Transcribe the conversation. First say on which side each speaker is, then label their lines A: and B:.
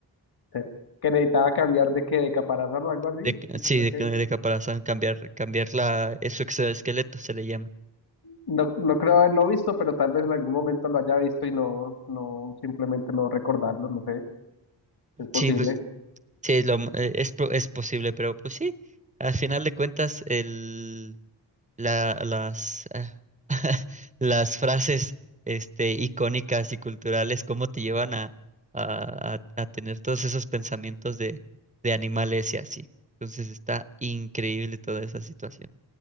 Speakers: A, on the left; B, on the right.
A: sí, que necesitaba cambiar de que de caparazón o algo así.
B: De, ca-
A: y
B: sí,
A: Creo
B: de,
A: que
B: ca- de caparazón, cambiar, cambiar la, eh, su exoesqueleto se le llama.
A: no, no creo haberlo visto, pero tal vez en algún momento lo haya visto y no, no, simplemente no recordarlo, no sé, es posible.
B: Sí, pues sí, lo m- eh, es, po- es posible, pero pues sí, al final de cuentas el la- las, ah, <laughs> las frases este, icónicas y culturales, cómo te llevan a, a, a- a tener todos esos pensamientos de, de animales y así. Entonces está increíble toda esa situación.